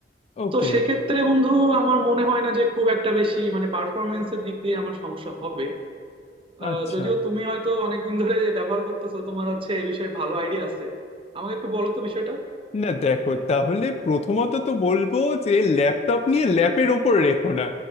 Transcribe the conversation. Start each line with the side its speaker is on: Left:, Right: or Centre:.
Left: ওকে
Right: তো সেক্ষেত্রে বন্ধু আমার মনে হয় না যে খুব একটা বেশি মানে পারফরমেন্সের দিক দিয়ে আমার সমস্যা হবে আহ,
Left: আচ্ছা
Right: যদিও তুমি হয়তো অনেকদিন ধরে ব্যবহার করতেছো তোমার হচ্ছে এই বিষয়ে ভালো আইডিয়া আছে আমাকে একটু বলো তো বিষয়টা
Left: না দেখো তাহলে প্রথমত তো বলবো যে ল্যাপটপ নিয়ে ল্যাপের ওপর রেখো না